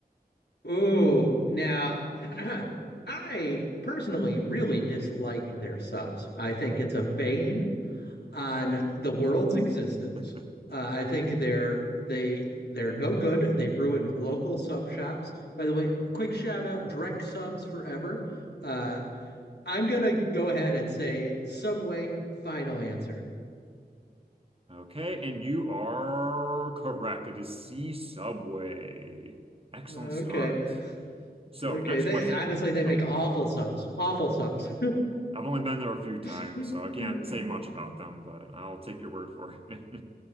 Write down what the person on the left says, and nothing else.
Ooh, now <clears throat> I personally really dislike their subs. I think it's a bane on the world's existence.
Uh, I think they're they they're no good. They ruin local sub shops. By the way, quick shout out Drek subs forever. Uh, I'm gonna go ahead and say Subway final answer.
Okay,
okay.
They
honestly they make
awful subs. Awful subs.
<laughs>